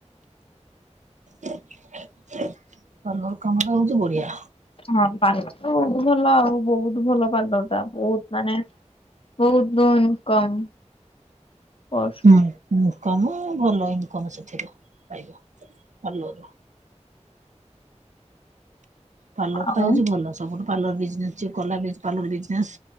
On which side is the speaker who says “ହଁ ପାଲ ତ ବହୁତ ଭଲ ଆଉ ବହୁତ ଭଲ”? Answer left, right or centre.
Left